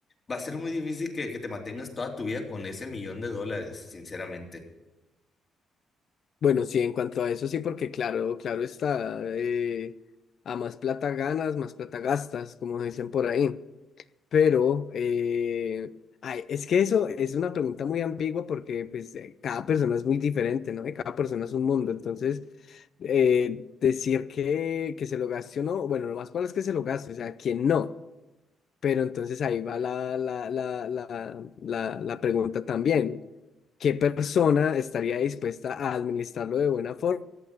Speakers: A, on the left; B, on the left.
A: Va a ser muy difícil que, que te mantengas toda tu vida con ese millón de dólares, sinceramente.
B: Bueno, sí, en cuanto a eso sí, porque claro, claro está. eh, a más plata ganas, más plata gastas, como dicen por ahí. Pero, eh, ay, es que eso es una pregunta muy ambigua porque pues, eh, cada persona es muy diferente, ¿no? Y cada persona es un mundo. Entonces, eh, decir que, que se lo gaste o no, bueno, lo más probable es que se lo gaste, o sea, ¿quién no? Pero entonces ahí va la, la, la, la, la, la pregunta también. ¿Qué persona estaría dispuesta a administrarlo de buena forma